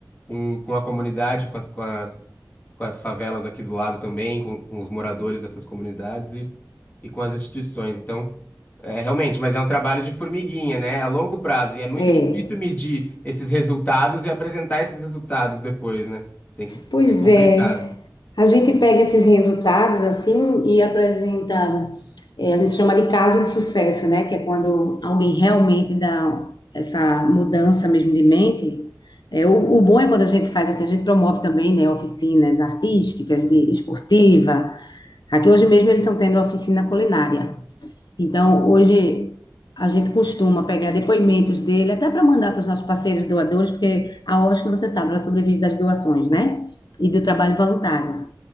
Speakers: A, on the left; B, on the left.
A: com, com a comunidade, com as, com as, com as favelas aqui do lado também, com, com os moradores dessas comunidades e, e com as instituições. Então, é, realmente, mas é um trabalho de formiguinha, né? É a longo prazo e é muito
B: É.
A: difícil medir esses resultados e apresentar esses resultados depois, né? Tem que,
B: Pois
A: é complicado.
B: é. A gente pega esses resultados assim e apresenta, eh, a gente chama de caso de sucesso, né? Que é quando alguém realmente dá essa mudança mesmo de mente. É, o, o bom é quando a gente faz assim, a gente promove também, né, oficinas artísticas, de esportiva. Aqui hoje mesmo eles estão tendo oficina culinária. Então, hoje a gente costuma pegar depoimentos dele, até para mandar para os nossos parceiros doadores, porque a OSC, você sabe, ela sobrevive das doações, né? E do trabalho voluntário.